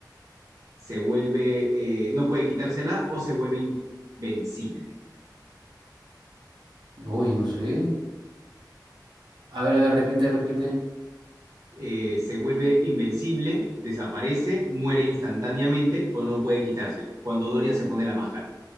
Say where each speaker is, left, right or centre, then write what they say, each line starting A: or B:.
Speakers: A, on the right; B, on the right.
A: se vuelve, eh, no puede quitársela o se vuelve invencible.
B: Uy, no sé. A ver, a ver, repite, repite.
A: Eh, se vuelve invencible, desaparece, muere instantáneamente o no puede quitársela. Cuando Dorian se pone la máscara.